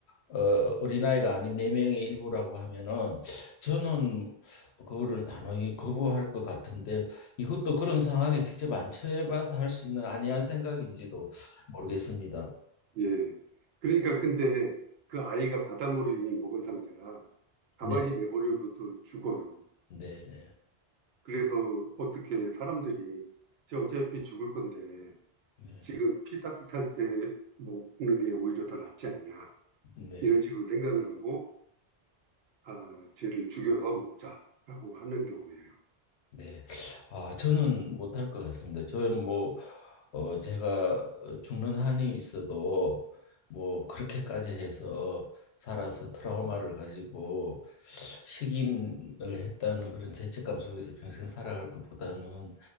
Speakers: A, on the left; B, on the right.
A: 어, 어린아이가 아닌 네 명의 일부라고 하면은 저는 그거를 단호히 거부할 것 같은데 이것도 그런 상황에 직접 안 처해봐서 할 수 있는 안이한 생각인지도 모르겠습니다.
B: 예. 그러니까 근데 그 아이가 바닷물을 이미 먹은 상태라 가만히
A: 네.
B: 내버려둬도 죽어요.
A: 네네.
B: 그래서 어떻게 사람들이 쟤 어차피 죽을 건데
A: 네,
B: 지금 피 따뜻할 때 먹는 게 오히려 더 낫지 않냐
A: 네,
B: 이런 식으로 생각을 하고 아, 쟤를 죽여서 먹자라고 하는 경우에요.
A: 네. 아, 저는 못할 것 같습니다. 저는 뭐, 어, 제가 어, 죽는 한이 있어도 뭐, 그렇게까지 해서 살아서 트라우마를 가지고 식인을 했다는 그런 죄책감 속에서 평생 살아갈 것보다는